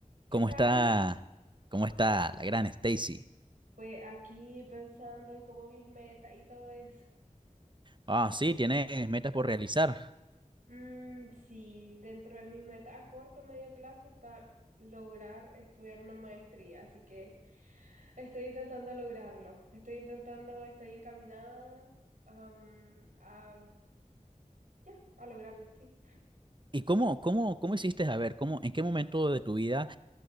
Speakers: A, on the right (about 80°); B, on the right (about 35°).
A: ¿Qué
B: ¿Cómo
A: tal?
B: está? ¿Cómo está la gran Stacy?
A: Pues aquí pensando en cómo mis metas y todo eso.
B: Ah, sí, tienes metas por realizar.
A: Mm, sí, dentro de mis metas a corto medio plazo está lograr estudiar una maestría, así que estoy intentando lograrlo. Estoy intentando, estoy encaminada, am, a, ya, a lograrlo, sí.
B: ¿Y cómo, cómo, cómo hiciste? A ver, ¿cómo, en qué momento de tu vida